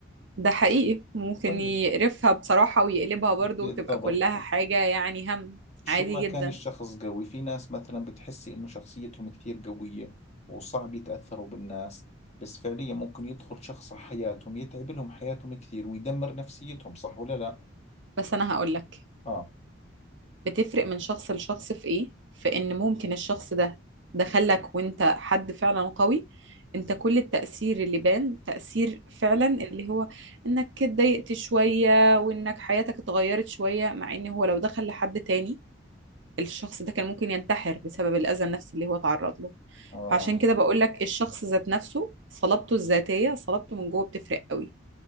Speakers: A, on the right; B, on the left.
A: ده حقيقي ممكن
B: طيب
A: يقرفها بصراحة ويقلبها برضو
B: بالضبط
A: وتبقى كلها حاجة يعني هم
B: شو
A: عادي
B: ما
A: جدا
B: كان الشخص قوي في ناس مثلا بتحسي انه شخصيتهم كثير قوية وصعب يتأثروا بالناس بس فعليا ممكن يدخل شخص على حياتهم يتعب لهم حياتهم كثير ويدمر نفسيتهم صح ولا لا؟
A: بس أنا هقولك
B: اه
A: بتفرق من شخص لشخص في إيه؟ في إن ممكن الشخص ده دخلك وإنت حد فعلا قوي إنت كل التأثير اللي بان تأثير فعلا اللي هو إنك اتضايقت شوية وإنك حياتك اتغيرت شوية مع إن هو لو دخل لحد تاني الشخص ده كان ممكن ينتحر بسبب الأذى النفسي اللي هو تعرض له
B: اه
A: فعشان كده بقول لك الشخص ذات نفسه صلابته الذاتية صلابته من جوه بتفرق قوي